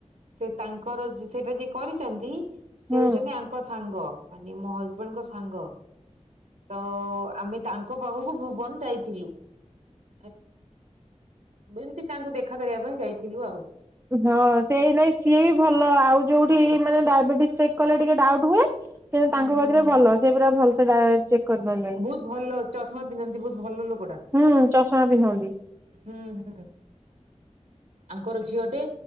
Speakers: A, on the right; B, on the right.
A: ସେ ତାଙ୍କର ସେ ସେଇଟା ଯିଏ କରିଛନ୍ତି ସେ
B: ହୁଁ
A: ହଉଛନ୍ତି ଆଙ୍କ ସାଙ୍ଗ। ମାନେ ମୋ ହଜବେଣ୍ଡଙ୍କ ସାଙ୍ଗ। ତ ଆମେ ତାଙ୍କ ପାଖକୁ ଭୁବନ ଯାଇଥିଲୁ। ଏମିତି ତାଙ୍କୁ ଦେଖା କରିବା ପାଇଁ ଯାଇଥିଲୁ ଆଉ।
B: ହଁ ସେଇ ନାଇଁ ସିଏ ବି ଭଲ ଆଉ ଯୋଉଠି ମାନେ ଡାଇବେଟିସ ଚେକ୍ କଲେ ଟିକେ ଡାଉଟ୍ ହୁଏ। କିନ୍ତୁ
A: ହୁଁ
B: ତାଙ୍କ
A: ହୁଁ।
B: କତିରେ ଭଲ ସେ ପୁରା ଭଲ ସେ ଡା ଚେକ୍ କରିଦିଅନ୍ତି।
A: ବହୁତ ଭଲ ଚଷମା ପିନ୍ଧନ୍ତି ବହୁତ ଭଲ ଲୋକଟା।
B: ହୁଁ ଚଷମା ପିନ୍ଧନ୍ତି।
A: ହୁଁ ହୁଁ। ଆଙ୍କର ଝିଅ ଟେ